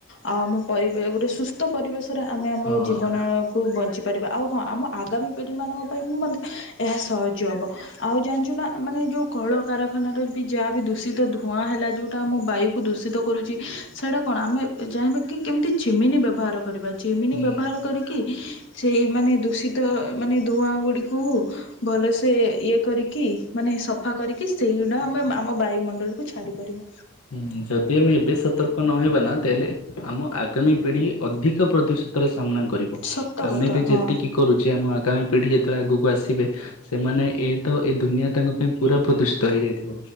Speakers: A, on the left; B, on the left.
A: ଆଉ ଆମ ପରି ଗୋଟେ ସୁସ୍ଥ ପରିବେଶରେ ଆମେ ଆମର
B: ହଁ।
A: ଜୀବନକୁୁ ବଞ୍ଚି ପାରିବା ଆଉ ହଁ ଆମ ଆଗାମୀ ପିଢ଼ିମାନଙ୍କ ପାଇଁ ବି ମଧ୍ୟ ଏହା ସହଜ ହେବ। ଆଉ ଜାଣିଛୁ ନା ମାନେ ଯେଉଁ କଳକାରାରଖାନାର ବି ଯାହା ବି ଦୂଷିତ ଧୂଆଁ ହେଲା ଯେଉଁଟା ଆମ ବାୟୁକୁ ଦୂଷିତ କରୁଛି ସେଇଟା କଣ ଆମେ ଚାହିଁବାକି କେମିତି ଚିମିନି ବ୍ୟବହାର କରିବା। ଚିମିନି
B: ହୁଁ।
A: ବ୍ୟବହାର କରିକି ସେଇମାନେ ଦୂଷିତ ମାନେ ଧୂଆଁ ଗୁଡିକୁ ଭଲସେ ଇଏ କରିକି ମାନେ ସଫା କରିକି ସେଇଗୁଡା ଆମେ ଆମ ବାୟୁମଣ୍ଡଳକୁୁ ଛାଡି ପାରିବୁ।
B: ହୁଁ ଯଦି ଆମେ ଏବେ ସତର୍କ ନହେବା ନା ତାହେଲେ ଆମ ଆଗାମୀ ପିଢି ଅଧିକ ପ୍ରଦୂଷିତର ସାମ୍ନା କରିବ
A: ସତ
B: ଆମେ
A: କଥା
B: ବି ଯେତିକି
A: ହଁ।
B: କରୁଛେ ଆମ ଆଗାମୀ ପିଢି ଯେତେବେଳେ ଆଗକୁ କୁ ଆସିବେ ସେମାନେ ଏ ତ ଏ ଦୁନିଆ ତାଙ୍କ ପାଇଁ ପୁରା ପ୍ରଦୂଷିତ ହେଇଯାଇଥିବ।